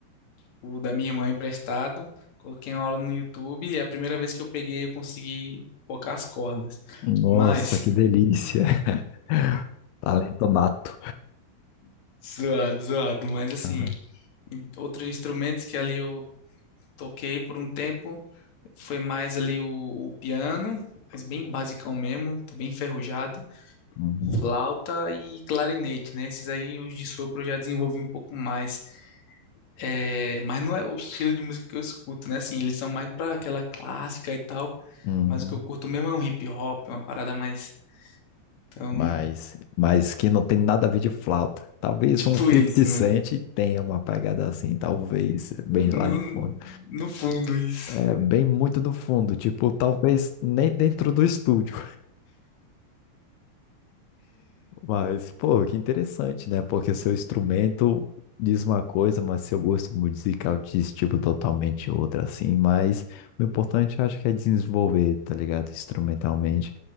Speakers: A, on the left; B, on the left.
A: o da minha irmã emprestado, coloquei uma aula no YouTube e é a primeira vez que eu peguei eu consegui tocar as cordas.
B: Nossa,
A: Mas,
B: que delícia. <laughs> Talento nato.
A: <laughs> zoado, zoado. Mas assim,
B: Aham,
A: outros instrumentos que ali eu toquei por um tempo. Foi mais ali o, o piano, mas bem basicão mesmo, tô bem enferrujado.
B: Uhum.
A: Flauta e clarinete, né? Esses aí, os de sopro, eu já desenvolvi um pouco mais. É, mas não é o estilo de música que eu escuto, né? Assim, eles são mais pra aquela clássica e tal.
B: Uhum.
A: Mas o que eu curto mesmo é um hip hop, uma parada mais. Então,
B: Mas, mas que não tem nada a ver de flauta. Talvez
A: <laughs> tipo
B: um 50
A: isso,
B: Cent
A: né?
B: tenha uma pegada assim, talvez, bem lá
A: No,
B: de fundo.
A: no fundo, isso.
B: É bem muito do fundo, tipo, talvez nem dentro do estúdio. Mas, pô, que interessante, né? Porque seu instrumento diz uma coisa, mas seu gosto musical diz, tipo, totalmente outra, assim. Mas o importante, eu acho que é desenvolver, tá ligado? Instrumentalmente.